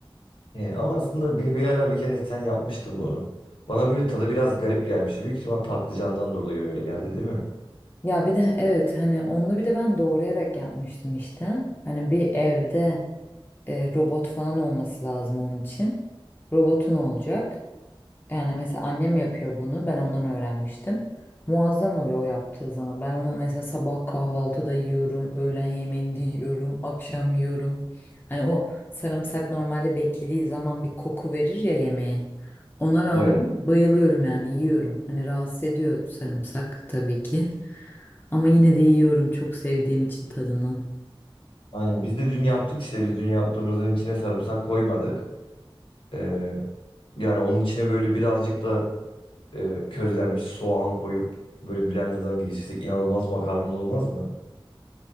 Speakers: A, on the left; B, on the left.
A: He, ama aslında bir, bir ara bir kere sen yapmıştın bunu. Bana böyle tadı biraz garip gelmişti. Büyük ihtimal patlıcandan dolayı öyle geldi değil mi?
B: Ya bir de evet hani onu bir de ben doğrayarak yapmıştım işte. Hani bir evde e, robot falan olması lazım onun için. Robotun olacak. Yani mesela annem yapıyor bunu. Ben ondan öğrenmiştim. Muazzam oluyor o yaptığı zaman. Ben onu mesela sabah kahvaltıda yiyorum, öğlen yemeğinde yiyorum, akşam yiyorum. Hani o sarımsak normalde beklediği zaman bir koku verir ya yemeğe. Ona rağmen
A: Evet.
B: bayılıyorum yani yiyorum. Hani rahatsız ediyor sarımsak tabii ki. Ama yine de yiyorum çok sevdiğim için tadını.
A: Aynen biz de dün yaptık işte biz dün yaptığımızın içine sarımsak koymadık. Ee, yani onun içine böyle birazcık da e, közlenmiş soğan koyup böyle blenderdan geçirsek inanılmaz makarna olmaz mı?